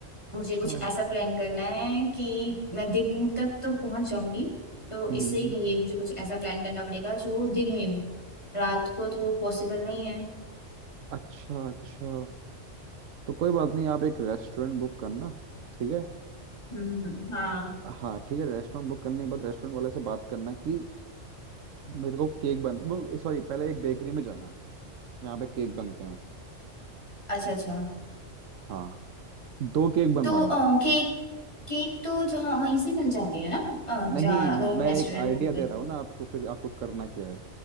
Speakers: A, on the left; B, on the right.
A: मुझे
B: अच्छा
A: कुछ ऐसा प्लान करना है कि मैं दिन तक तो पहुंच जाऊंगी तो
B: हम्म
A: इसीलिए मुझे कुछ ऐसा प्लान करना पड़ेगा जो दिन में हो रात को तो पॉसिबल नहीं है
B: अच्छा अच्छा तो कोई बात नहीं आप एक रेस्टोरेंट बुक करना ठीक है
A: हम्म हाँ
B: हाँ ठीक है रेस्टोरेंट बुक करने के बाद रेस्टोरेंट वाले से बात करना कि मेरे को केक बन वो सॉरी पहले एक बेकरी में जाना जहाँ पे केक बनते हैं
A: अच्छा अच्छा
B: हाँ दो केक बनवाना
A: तो केक केक तो जहाँ वहीं से मिल जाते हैं ना अ, जहाँ
B: नहीं मैं
A: अगर हम रेस्टोरेंट
B: एक आइडिया
A: बुक
B: दे
A: करें
B: रहा हूँ ना आपको फिर आपको करना क्या है